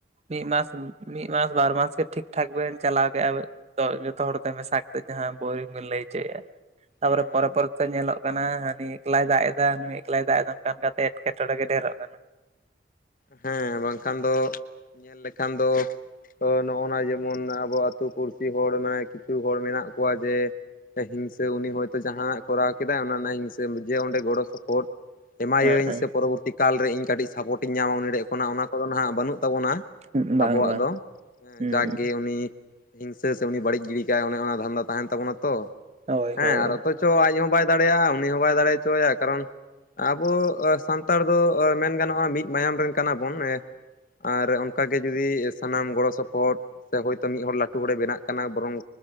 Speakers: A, on the right; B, on the left.
A: ᱢᱤᱫ ᱢᱟᱥ, ᱢᱤᱫ ᱢᱟᱥ ᱵᱟᱨ ᱢᱟᱥ ᱜᱮ ᱴᱷᱤᱠ ᱴᱷᱟᱠ ᱵᱮᱱ ᱪᱟᱞᱟᱣ ᱠᱮᱜᱼᱟ᱾ ᱛᱚᱜᱡ ᱡᱷᱚᱛᱚ ᱦᱚᱲ ᱛᱮ ᱢᱮᱥᱟ ᱠᱟᱛᱮ ᱡᱟᱦᱟᱸ ᱵᱳᱨᱤ ᱵᱤᱱ ᱞᱟᱹᱭ ᱦᱚᱪᱚᱭᱮᱜ-ᱟ᱾ ᱛᱟᱯᱚᱨᱮ
B: ᱦᱩᱸ
A: ᱯᱚᱨᱮ ᱯᱚᱨᱮ ᱛᱮ ᱧᱮᱞᱚᱜ ᱠᱟᱱᱟ ᱦᱟᱱᱤ ᱮᱠᱞᱟᱭ ᱫᱟᱜ ᱮᱫᱟ ᱱᱩᱭ ᱮᱠᱞᱟᱭ ᱫᱟᱜ ᱮᱫᱟ ᱱᱚᱠᱟ ᱱᱚᱠᱟ ᱮᱴᱠᱮᱴᱚᱬᱮ ᱜᱮ ᱰᱷᱮᱨᱚᱜ ᱠᱟᱱᱟ ᱾
B: ᱦᱮᱸ ᱵᱟᱝᱠᱷᱟᱱ ᱫᱚ ᱧᱮᱞ ᱞᱮᱠᱷᱟᱱ ᱫᱚ ᱛᱚ ᱱᱚᱜᱼᱚᱱᱟ ᱡᱮᱢᱚᱱ ᱟᱵᱚ ᱟᱹᱛᱩ ᱯᱩᱲᱥᱤ ᱦᱚᱲ ᱢᱟᱱᱮ ᱠᱤᱪᱷᱩ ᱦᱚᱲ ᱢᱮᱱᱟᱜ ᱠᱚᱣᱟ ᱡᱮ ᱥᱮ ᱦᱤᱝᱥᱟ ᱩᱱᱤ ᱦᱚᱭᱛᱳ ᱡᱟᱦᱟᱸᱱᱟᱜ ᱠᱚᱨᱟᱣ ᱠᱮᱫᱟᱭ ᱚᱱᱟ ᱨᱮᱱᱟᱜ ᱦᱤᱝᱥᱟ ᱡᱮ ᱚᱸᱰᱮ ᱜᱚᱲᱚ ᱥᱚᱯᱚᱦᱚᱫ ᱮᱢᱟᱹᱭᱟᱧ
A: ᱦᱮᱸ
B: ᱥᱮ ᱯᱚᱨᱚᱵᱚᱨᱛᱤ ᱠᱟᱞᱨᱮ ᱤᱧ ᱠᱟᱹᱴᱤᱡ ᱥᱟᱯᱳᱴ ᱠᱟᱹᱡ ᱧᱟᱢᱟᱵᱚᱱ <unintelligible> ᱠᱷᱚᱱᱟᱜ ᱚᱱᱟ ᱠᱚᱫᱚ ᱱᱷᱟᱜ ᱵᱟᱹᱱᱩᱜ ᱛᱟᱵᱚᱱᱟ᱾
A: ᱦᱮᱸ ᱵᱟᱝ
B: ᱟᱵᱚᱣᱟᱜ
A: ᱵᱟᱝ
B: ᱫᱚ᱾ ᱦᱮᱸ᱾
A: ᱦᱩᱸ
B: ᱡᱟᱠᱜᱮ ᱩᱱᱤ ᱦᱤᱝᱥᱟᱹ ᱥᱮ ᱩᱱᱤ ᱵᱟᱹᱲᱤᱡ ᱜᱤᱲᱤ ᱠᱟᱭ ᱚᱱᱮ ᱚᱱᱟ ᱫᱷᱟᱸᱱᱫᱟ ᱛᱟᱦᱮᱸᱱ ᱛᱟᱵᱚᱱᱟ ᱛᱚ,
A: ᱦᱳᱭ
B: ᱦᱮᱸ
A: ᱦᱳᱭ
B: ᱟᱨ ᱚᱛᱚ ᱪᱚ ᱟᱡ ᱦᱚᱸ ᱵᱟᱭ ᱫᱟᱲᱮᱭᱟᱜᱼᱟ, ᱩᱱᱤ ᱦᱚᱸ ᱵᱟᱭ ᱫᱟᱲᱮᱪᱚᱭᱟ᱾ ᱠᱟᱨᱚᱱ ᱟᱵᱚ ᱥᱟᱱᱛᱟᱲ ᱫᱚ ᱢᱮᱱ ᱜᱟᱱᱚᱜ-ᱟ ᱢᱤᱫ ᱢᱟᱭᱟᱢ ᱨᱮᱱ ᱠᱟᱱᱟ ᱵᱚᱱ ᱮᱸ ᱟᱨ ᱚᱱᱠᱟ ᱜᱮ ᱡᱩᱫᱤ, ᱥᱟᱱᱟᱢ ᱜᱚᱲᱚ ᱥᱚᱯᱚᱦᱚᱫ ᱥᱮ ᱦᱳᱭᱛᱚ ᱢᱤᱫ ᱦᱚᱲ ᱞᱟᱹᱴᱩ ᱦᱚᱲᱮ ᱵᱮᱱᱟᱜ ᱠᱟᱱᱟ ᱵᱚᱨᱚᱝ